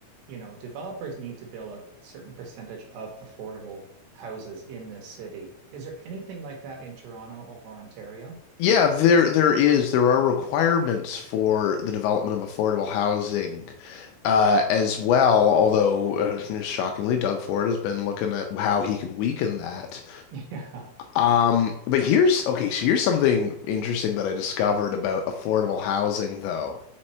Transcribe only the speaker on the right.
you know, developers need to build a, a certain percentage of affordable houses in this city. Is there anything like that in Toronto or Ontario?
<laughs> Yeah,